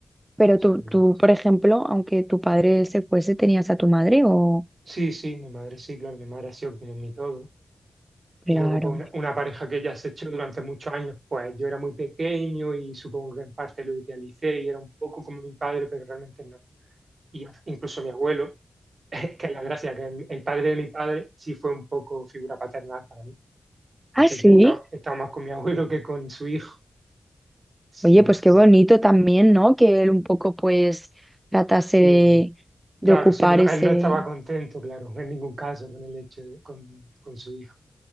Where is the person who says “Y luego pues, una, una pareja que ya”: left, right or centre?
Right